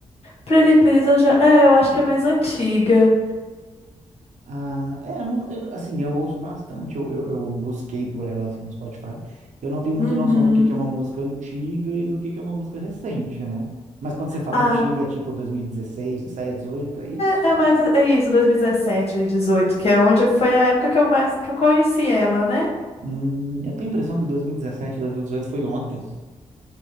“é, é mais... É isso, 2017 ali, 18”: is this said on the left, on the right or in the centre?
Left